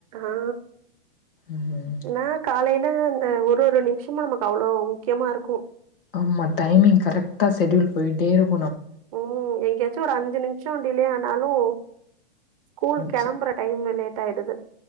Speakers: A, on the right (about 35°); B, on the left (about 65°).
A: ஆ
B: ம்.
A: நா காலையில ஒரு ஒரு நிமிஷமும் நமக்கு அவ்ளோ முக்கியமா இருக்கும்
B: ஆமா டைமிங் கரெக்ட்டா ஷடியூல் போய்ட்டே இருக்
A: ம் எங்கேயாச்சும் ஒரு அஞ்சு நிமிஷம் டிலே ஆ னாலும் ஸ்கூல்
B: ஆச்சு.
A: கிளம்புற டைம் மினிட் டைடு து